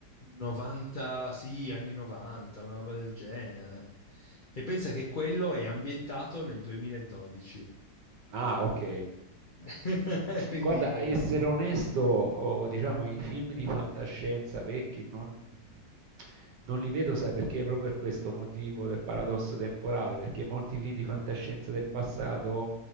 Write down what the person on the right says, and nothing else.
Ah, ok.
Guarda, a essere onesto, oh, diciamo, i film di fantascienza vecchi non, non li vedo, sai perché? Proprio per questo motivo del paradosso temporale, perché molti film di fantascienza del passato